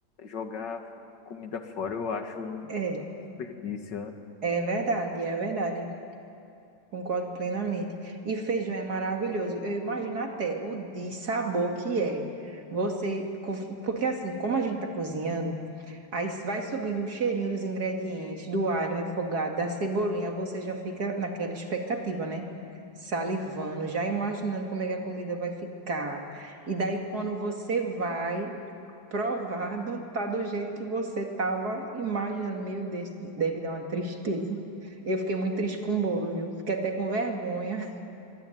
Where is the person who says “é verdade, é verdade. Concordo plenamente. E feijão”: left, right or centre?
Right